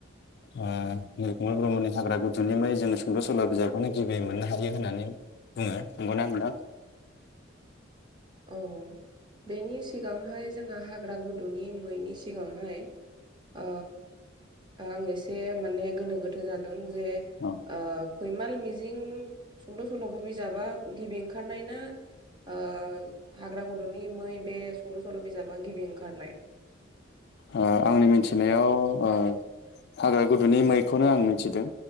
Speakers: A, on the left (about 55°); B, on the right (about 25°).
A: ओ निलकमल ब्रह्मनि हाग्रा गुदुनि मै जोंङो सुंद' सल' बिजाबखौनो गिबियै मोननो हायो होननानै बुङो नंगौना नोथां।
B: औ बेनि सिगांहाय जोंहा हाग्रा गुदुंनि मैनि सिगांहाय ओ ओ आं एसे माने गोनो गोथो जादों जे
A: औ।
B: ओ फैमाल मिजिं सुंद' सल' बिजाबा गिबि ओंखारनाय ना ओ हाग्रा गुदुनि मै बे सुंद' सल' बिजाबा गिबि ओंखारनाय।
A: ओ आंनि मिथिनायाव ओ हाग्रा गुदुंनि मैखौनो आं मिथिदों।